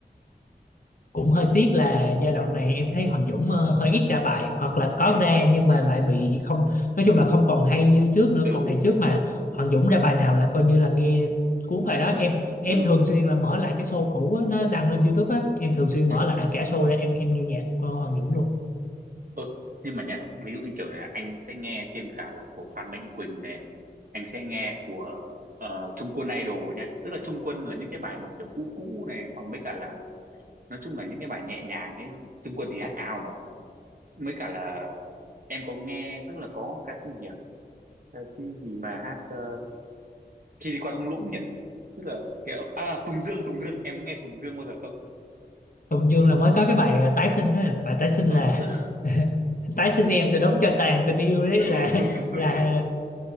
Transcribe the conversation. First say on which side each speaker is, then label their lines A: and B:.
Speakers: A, on the left; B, on the right.
A: cũng hơi tiếc là giai đoạn
B: Ừ,
A: này em thấy Hoàng Dũng ờ, hơi ít ra bài hoặc là có
B: ừ,
A: ra nhưng mà lại bị không nói chung là không còn hay như trước nữa
B: ừ,
A: còn ngày trước mà Hoàng Dũng ra bài nào là coi như là nghe cuốn bài
B: nói
A: đó
B: chung
A: em
B: là
A: em
B: ừ,
A: thường xuyên là mở lại cái show cũ á, nó đăng lên YouTube á em thường xuyên
B: ừ
A: mở lại cả show ra em em nghe nhạc của Hoàng Dũng luôn
B: Ừ, nhưng mà nhé, ví dụ như kiểu là anh sẽ nghe thêm cả là của Phan Mạnh Quỳnh này, anh sẽ nghe của ờ, Trung Quân Idol nhé. Tức là Trung Quân là những cái bài mà kiểu cũ cũ này, hoặc mấy cả là nói chung là những cái bài nhẹ nhàng ấy. Trung Quân thì hát cao mà. Mấy cả là em có nghe, tức là có ca sĩ gì nhỉ? Ca sĩ gì mà hát ờ, khi đi qua thung lũng nhỉ? Tức là kiểu à Tùng Dương, Tùng Dương, em có nghe Tùng Dương bao giờ không?
A: Tùng Dương là mới có cái bài ờ, tái sinh á bài tái sinh
B: Ờ,
A: là
B: <laughs>
A: <laughs> tái sinh em từ đống cho tàn tình yêu đấy
B: đúng
A: là
B: đúng đúng.
A: là
B: <laughs>